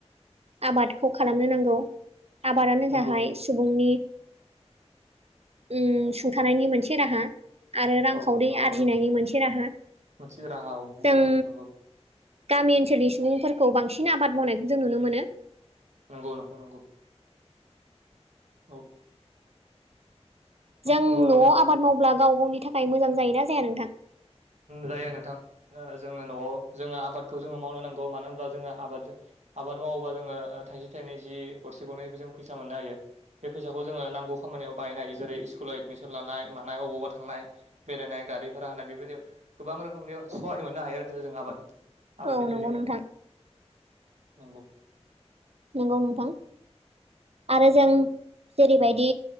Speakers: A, on the right (about 65°); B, on the right (about 85°).
A: आबादखौ खालामनो नांगौ आबादानो
B: नंगौ
A: जाहाय सुबुंनि उम सुंथानायनि मोनसे राहा आरो रांखावरि
B: औ नंगौ
A: आरजिनायनि
B: नोंथां
A: मोनसे राहा
B: मोनसे राहा औ नंगौ
A: जों
B: नोंथां नंगौ
A: गामि ओनसोलनि सुबुंफोरखौ बांसिन आबाद मावनायखौ जों नुनो मोनो
B: नंगौ नोंथां नंगौ औ
A: जों
B: नंगौ
A: न'आव
B: नोंथां नंगौ
A: आबाद मावब्ला गाव गावनि थाखाय मोजां जायोना जाया नोंथां
B: जायो नोंथां जोङो न'आव जोङो आबादखौ जोङो मावनो नांगौ मानो होनब्ला जोङो आबादजों आबाद मावोबा जोङो थाइसे थाइनै जि गरसे गरनैबो जों फैसा मोननो हायो बे फैसाखौ जोङो नांगौ खामानियाव बाहायनो हायो जेरै स्कुलाव एडमिसन लानाय मानाय अबावबा थांनाय बेरायनाय गारिफोरा हानाय बेबायदियाव गोबां रोखोमनि सहाय मोननो हायो आरो जों आबाद आबादनिफ्राय
A: औ नंगौ
B: जोङो
A: नोंथां
B: नंगौ
A: नंगौ नुथां आरो जों जेरैबायदि